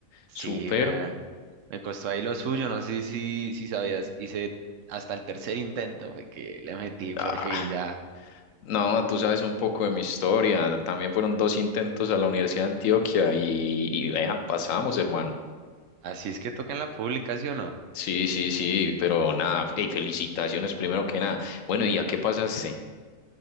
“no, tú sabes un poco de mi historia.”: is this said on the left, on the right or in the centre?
Left